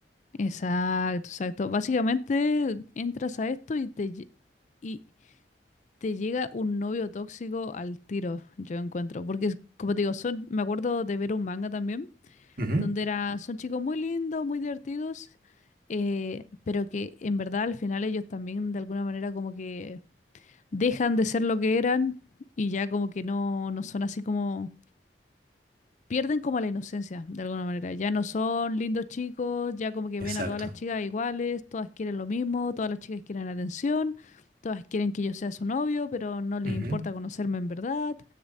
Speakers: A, on the left; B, on the right.
A: Exacto, exacto. Básicamente entras a esto y te, lle- y te llega un novio tóxico al tiro, yo encuentro. Porque, es- como te digo, son, me acuerdo de ver un manga también,
B: Ujú,
A: donde era, son chicos muy lindos, muy divertidos, eh, pero que en verdad al final ellos también de alguna manera como que dejan de ser lo que eran y ya como que no, no son así como pierden como la inocencia, de alguna manera. Ya no son lindos chicos, ya como que
B: Exacto.
A: ven a todas las chicas iguales, todas quieren lo mismo, todas las chicas quieren atención, todas quieren que yo sea su novio, pero no les
B: Ujú.
A: importa conocerme en verdad.